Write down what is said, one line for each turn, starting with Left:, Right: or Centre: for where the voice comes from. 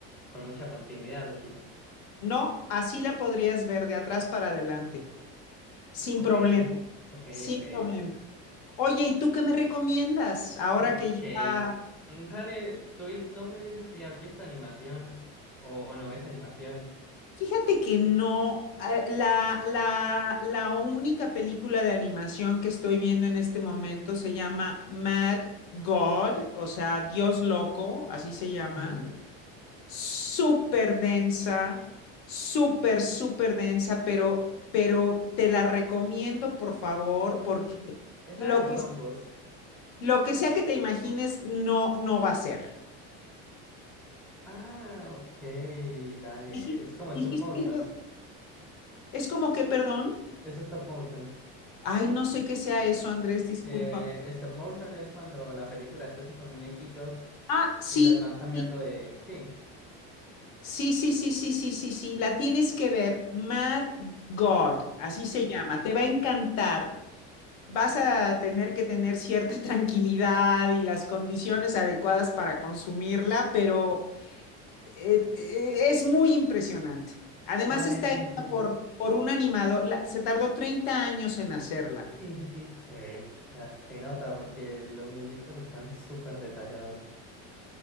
Centre: con mucha continuidad, ¿o sí?
Left: No, así la podrías ver de atrás para adelante, sin
Centre: Ok,
Left: problema,
Centre: ok,
Left: sin
Centre: ok.
Left: problema. Oye, ¿y tú qué me recomiendas? Ahora
Centre: Ok.
Left: que ya...
Centre: Mm, Dale, tú y- no me dices si has visto animación o, o no ves animación.
Left: Fíjate que no, eh, la, la, la única película de animación que estoy viendo en este momento se llama Mad God, o sea, Dios loco, así se llama.
Centre: Ujú.
Left: Súper densa, súper, súper densa, pero, pero te la recomiendo, por favor,
Centre: Mm,
Left: porque
Centre: es
Left: lo
Centre: la de los
Left: que,
Centre: hongos.
Left: lo que sea que te imagines no, no va a ser.
Centre: Ah, ok, dale.
Left: Dijiste,
Centre: Es como stop
Left: dijiste
Centre: motion.
Left: algo Es como que, perdón,
Centre: Es stop motion.
Left: ay, no sé qué sea eso, Andrés, discúlpame.
Centre: Eh, stop motion es cuando la película está hecha con muñequitos
Left: Ah, sí,
Centre: y los van cambiando
Left: sí,
Centre: de... Sí.
Left: sí, sí, sí, sí, sí, sí, sí, la tienes que ver, Mad God, así
Centre: Ok.
Left: se llama, te va a encantar. Vas a tener que tener cierta <laughs> tranquilidad y las condiciones adecuadas para consumirla, pero eh, eh, es muy impresionante. Además
Centre: Dale,
Left: está
Centre: sí,
Left: hecha
Centre: estoy...
Left: por, por un animador, la- se tardó 30 años en hacerla.
Centre: Sí, sí, sí, se ve. O sea, se nota porque los muñecos están súper detallados.